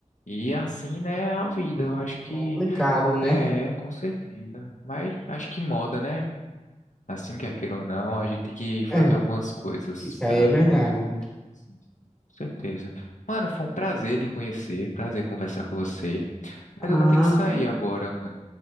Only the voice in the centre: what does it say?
Hum,
complicado, né?
É,
isso
aí é verdade.
Ah,